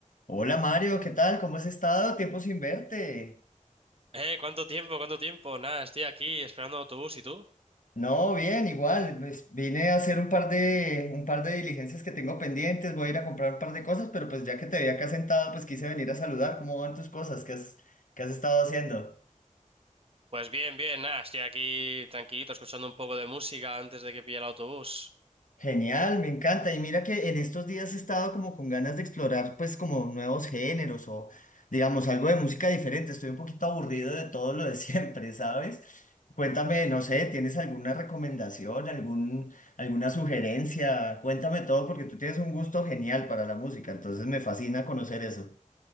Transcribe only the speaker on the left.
Hola Mario, ¿qué tal? ¿Cómo has estado? Tiempo sin verte.
No, bien, igual. Pues vine a hacer un par de, un par de diligencias que tengo pendientes. Voy a ir a comprar un par de cosas, pero pues ya que te vi acá sentado, pues quise venir a saludar. ¿Cómo van tus cosas? ¿Qué has, qué has estado haciendo?
Genial, me encanta. Y mira que en estos días he estado como con ganas de explorar pues como nuevos géneros o digamos algo de música diferente. Estoy un poquito aburrido de todo lo de siempre, <laughs> ¿sabes? Cuéntame, no sé, ¿tienes alguna recomendación, algún, alguna sugerencia? Cuéntame todo porque tú tienes un gusto genial para la música, entonces me fascina conocer eso.